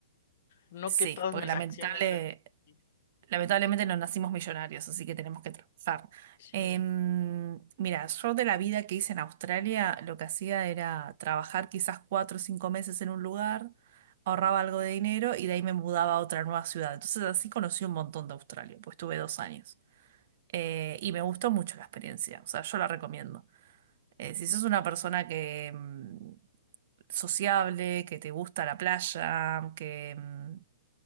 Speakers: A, on the left; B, on the right.
A: no
B: sí,
A: que todas
B: porque
A: mis
B: lamentable,
A: acciones de... Sí,
B: Lamentablemente no nacimos millonarios, así que tenemos que trabajar.
A: sí.
B: Em, mira, yo de la vida que hice en Australia, lo que hacía era trabajar quizás cuatro o cinco meses en un lugar, ahorraba algo de dinero y de ahí me mudaba a otra nueva ciudad. Entonces así conocí un montón de Australia, pues tuve dos años. Eh, y me gustó mucho la experiencia, o sea, yo la recomiendo. Eh, si sos una persona que mm, sociable, que te gusta la playa, que... mm,